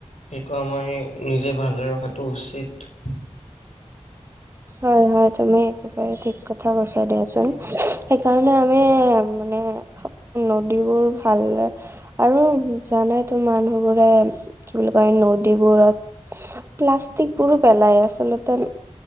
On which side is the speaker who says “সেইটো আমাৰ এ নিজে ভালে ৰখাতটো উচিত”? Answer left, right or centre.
Left